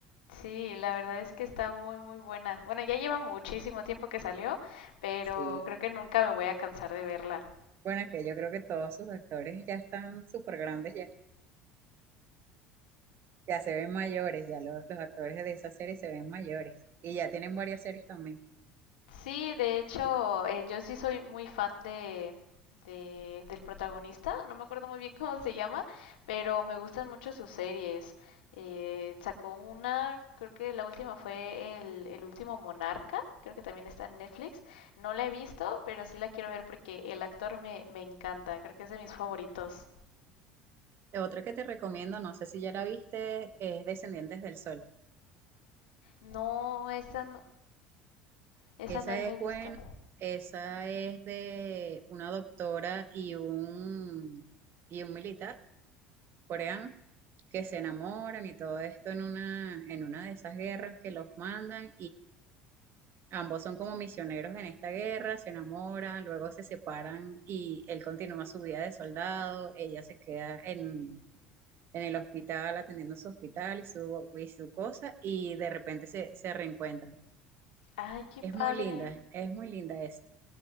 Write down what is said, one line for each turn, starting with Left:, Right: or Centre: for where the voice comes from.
Left: Sí, la verdad es que está muy, muy buena. Bueno, ya lleva muchísimo tiempo que salió, pero
Right: Sí,
Left: creo que nunca me voy a cansar de verla.
Right: Bueno, es que yo creo que todos sus actores ya están súper grandes, ya, ya se ven mayores, ya los, los actores de esa serie se ven mayores y ya tienen varias series también.
Left: Sí, de hecho, eh, yo sí soy muy fan de, de- del protagonista, no me acuerdo muy bien <laughs> cómo se llama, pero me gustan mucho sus series. Eh, sacó una, creo que la última fue el, el último Monarca, creo que también está en Netflix. No la he visto, pero sí la quiero ver porque el actor me, me encanta, creo que es de mis favoritos.
Right: Otra que te recomiendo, no sé si ya la viste, es Descendientes del Sol.
Left: No, esa no, esa
Right: Esa
Left: no la
Right: es
Left: he visto.
Right: buena, esa es de una doctora y un, y un militar coreano que se enamoran y todo esto en una, en una de esas guerras que los mandan Ambos son como misioneros en esta guerra, se enamoran, luego se separan y él continúa su vida de soldado, ella se queda en, en el hospital atendiendo su hospital y su, y su cosa y de repente se, se reencuentran.
Left: Ay, qué
Right: Es
Left: padre.
Right: muy linda, es muy linda, es,